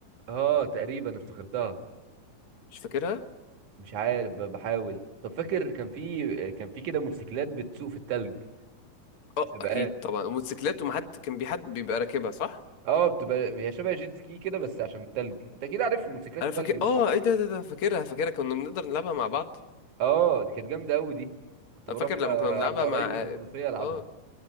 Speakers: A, on the right (about 70°); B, on the left (about 50°).
A: اه تقريبا افتكرتها
B: مش فاكرها
A: مش عارف ب- بحاول طب فاكر كان في كان في كده موتوسيكلات بتسوق في التلج
B: اه
A: سباقات
B: اكيد طبعا الموتوسيكلات ومحد كان بي حد بيبقى راكبها صح
A: اه بتبقى هي شبه جيت سكي كده بس عشان التلج انت كده عارف موتوسيكلات
B: انا
A: التلج
B: فاكر اه ايه ده ده ده فاكرها فاكرها كنا بنقدر نلعبها مع بعض
A: اه دي كانت جامده قوي دي كنت بروح
B: انا فاكر لما
A: آه،
B: كنا بنلعبها
A: عند قرايبي
B: مع
A: في المنوفيه العبها
B: اه